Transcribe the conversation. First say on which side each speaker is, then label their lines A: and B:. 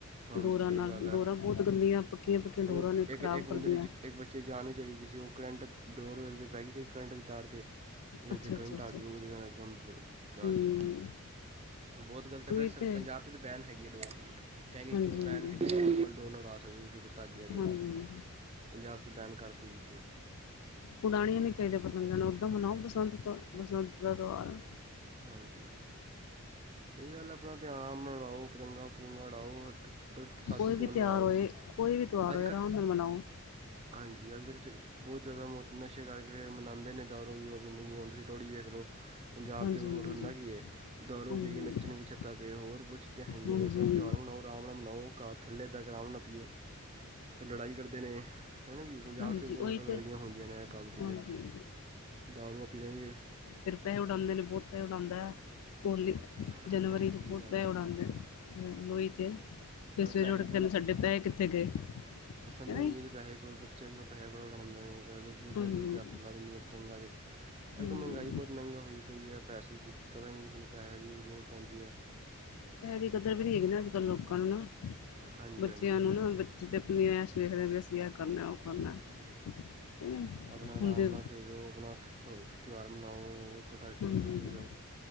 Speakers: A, on the right; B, on the left.
A: ਹਾਂਜੀ
B: ਡੋਰਾਂ
A: ਸਹੀ
B: ਨਾਲ
A: ਗੱਲ ਹੈ
B: ਡੋਰਾਂ ਬਹੁਤ ਗੰਦੀਆਂ ਪੱਕੀਆਂ-ਪੱਕੀਆਂ
A: ਉਹ
B: ਡੋਰਾਂ ਨੇ
A: ਇੱਕ
B: ਖ਼ਰਾਬ
A: ਇੱਕ
B: ਕਰਦੀਆਂ।
A: ਬੰਦੇ ਦੀ ਜ ਇੱਕ ਬੱਚੇ ਦੀ ਜਾਨ ਵੀ ਚਲੀ ਗਈ ਸੀ ਉਹ ਕਰੰਟ ਡੋਰ <unintelligible> ਪੈ ਗਈ ਕਰੰਟ ਦੀ ਤਾਰ ਤੇ ਓਦੇ
B: ਅੱਛਾ
A: ਤੇ ਕਰੰਟ
B: ਅੱਛਾ ਅੱਛਾ
A: ਆ ਗਈ ਉਹਦੇ ਨਾਲ ਇੱਕਦਮ ਜੋ ਜਾਨ
B: ਹੂੰ
A: ਚੱਲੀ ਗਈ, ਬਹੁਤ ਗਲਤ ਐ
B: ਉਹੀ
A: ਪਰ ਸਰ
B: ਤੇ
A: ਪੰਜਾਬ ਚ ਤਾਂ ਬੈਨ ਹੈਗੀ ਏ ਡੋਰ, ਚਾਈਨੀਜ਼
B: ਹਾਂਜੀ
A: ਡੋਰ
B: ਹਾਂਜੀ
A: ਬੈਨ ਹੈਗੀ, ਕਲ ਡੋਰ ਨਾਲ ਉੜਾ ਸਕਦੇ ਤੁਸੀਂ ਕੁਝ। ਧਾਗੇ ਆਰੀ
B: ਹਾਂਜੀ
A: ਨਾਲ,
B: ਹਾਂਜੀ
A: ਪੰਜਾਬ ਚ ਬੈਨ ਕਰਤੀ ਸੀ।
B: ਉਡਾਣੀਆਂ ਨੀ ਚਾਈਦੇ ਪਤੰਗਾ ਨੂੰ ਓਦਾਂ ਮਨਾਓ ਬਸੰਤ ਦਾ, ਬਸੰਤ ਦਾ ਤਿਉਹਾਰ ਆ।
A: ਹਾਂਜੀ, ਸਈ ਗੱਲ ਐ ਆਪਣਾ ਧਿਆਮ ਨਾ ਉਡਾਉ ਪਤੰਗਾ ਪਤੁਗਾ ਉਡਾਉ। ਪਰ ਸਾਦੀ
B: ਕੋਈ ਵੀ
A: ਡੋਰ ਨਾਲ
B: ਤਿਉਹਾਰ
A: ਉਡਾਓ,
B: ਹੋਏ ਕੋਈ ਵੀ ਤਿਉਹਾਰ
A: ਅਜ-ਕੱਲ
B: ਹੋਏ ਆਰਾਮ ਨਾਲ ਮਨਾਓ
A: ਹਾਂਜੀ, ਅੱਜ-ਕੱਲ ਚ ਬਹੁਤ ਜ਼ਿਆਦਾ ਮੌਤ ਨਸ਼ੇ ਕਰਕੇ ਮਨਾਂਦੇ ਨੇ ਦਾਰੂ ਦੂਰੁ ਪੀਂਦੇ ਨੇ, ਜਿਵੇ ਹੁਣ ਤੁਸੀਂ ਲੋਹੜੀ ਵੇਖ ਲੋ। ਪੰਜਾਬ
B: ਹਾਂਜੀ
A: ਚ ਹੋਰ
B: ਹਾਂਜੀ
A: ਹੁੰਦਾ ਕੀ ਏ, ਦਾਰੂ
B: ਹਾਂਜੀ
A: ਪੀ ਕੇ ਨੱਚਣ
B: ਹਾਂਜੀ
A: ਗੇ ਛੱਤਾਂ ਤੇ, ਹੋਰ ਕੁਛ ਚੀਜ਼ਾਂ ਹੈਈਆਂ
B: ਹਾਂਜੀ
A: ਨੇ ਪਰ ਤਿਉਹਾਰ
B: ਹਾਂਜੀ
A: ਮਨਾਉ। ਰਾਮ ਨਾਲ ਮਨਾਓ, ਕਰ ਥੱਲੇ ਬੈਂ ਕੇ ਅਰਾਮ ਨਾ ਪੀਓ, ਫੇਰ ਲੜਾਈ ਕਰਦੇ ਨੇ, ਹੈਨਾ ਜੀ। ਪੰਜਾਬ
B: ਹਾਂਜੀ
A: ਚ ਬਹੁਤ
B: ਉਹੀ
A: ਜ਼ਿਆਦਾ
B: ਤੇ
A: ਲੜਾਈਆਂ ਹੁੰਦੀਆਂ ਨੇ ਇਹ ਕੰਮ ਚ
B: ਹਾਂਜੀ
A: ਤੇ,
B: ਹਾਂਜੀ
A: ਦਾਰੂਆਂ ਪੀ ਲੈਂਗੇ।
B: ਫੇਰ ਪੈਹੇ ਉਡਾਂਦੇ ਨੇ ਬਹੁਤ ਪੈਹ ਉਡਾਦਾ ਐ, ਹੋਲੀ
A: ਹਾਂਜੀ
B: ਜਨਵਰੀ
A: ਹਾਂਜੀ
B: ਚ
A: ਸਹੀ
B: ਬੋਤ
A: ਗੱਲ
B: ਪੈਹ
A: ਹੈ
B: ਉਡਾਦੈ ਨੇ, ਲੋਈ ਤੇ। ਫੇਰ ਸਵੇਰੇ
A: ਅ ਪੈਸੇ
B: ਉਠ ਕੇ ਕਹਿੰਦੇ ਸਾਡੇ ਪੈਹੇ ਕਿੱਥੇ ਗਏ। ਕਹਿੰਦੇ
A: ਪਸੰਤ
B: ਹਾਂਜੀ
A: ਪੰਜਮੀ ਦੇ ਪੈਹੇ ਬਹੁ ਬੱਚੇ ਜਿਵੇ ਪੈਹੇ ਬੜ ਬੜਾਦੇ ਨੇ
B: ਹਾਂਜੀ
A: ਦੋ-ਦੋ ਜਾਰ ਲਾ ਦਿੰਦੇ ਨੇ ਪਤੰਗਾਂ ਗੇ। ਅੱਜ-ਕੱਲ੍ਹ
B: ਹੂੰ
A: ਮਹਿੰਗਾਈ ਬਹੁਤ ਮਹਿੰਗਾ ਹੋਈ ਪਈ ਐ, ਪੈਸੇ ਦੀ ਪਤਾ ਹੀ ਨੀ ਕਿਸੇ ਨੂੰ ਪੈਸੇ ਦੀ ਲੋੜ ਪੈਂਦੀ ਐ।
B: ਪੈਹੇ ਦੀ ਕੱਦਰ ਵੀ ਨੀ ਹੈਗੀ ਨਾ ਅੱਜ-ਕੱਲ੍ਹ ਲੋਕਾਂ ਨੂੰ ਨਾ,
A: ਹਾਂਜੀ
B: ਬੱਚਿਆਂ
A: ਹਾਂਜੀ ਸਹੀ
B: ਨੂੰ
A: ਗੱਲ
B: ਨਾ
A: ਹੈ
B: ਬੱ ਚੇ ਤੇ ਆਪਣੇ ਐਸ਼ ਵੇਖਦੇ ਪੇ ਸੀ, ਇਹ ਕਰਨਾ ਉਹ ਕਰਨਾ।
A: ਹਾਂਜੀ ਹਾਂਜੀ
B: ਕਿ ਨਹੀਂ
A: ਆਪਣਾ ਆਰਾਮ
B: ਹੁੰਦੇ
A: ਨਾਲ ਖੇਲੋ ਆਪਣਾ ਖ ਤਿਉਹਾਰ ਮਨਾਓ ਹੋਰ ਪਟਾਕੇ
B: ਹਾਂਜੀ
A: ਪਟੂਕੇ
B: ਹਾਂਜੀ
A: ਵਜਾਓ।